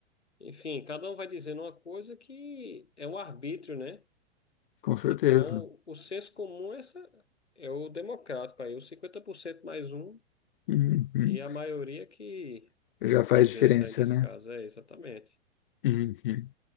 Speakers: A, on the left; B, on the left.
A: enfim, cada um vai dizendo uma coisa que é um arbítrio, né?
B: com certeza.
A: Então, o senso comum é, essa, é o democrático aí, os 50% mais um,
B: Uhum.
A: e a maioria que,
B: Já faz
A: que vence
B: diferença,
A: aí nesse
B: né?
A: caso, é exatamente.
B: Uhum.